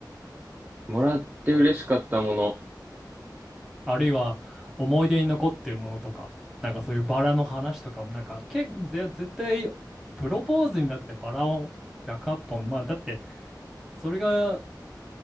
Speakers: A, on the right (about 25°); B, in the centre.
A: もらって嬉しかったもの。
B: あるいは思い出に残ってるものとか、なんかそういうバラの話とかも、なんかけぜ絶対プロポーズにだってバラを100本、まあだってそれが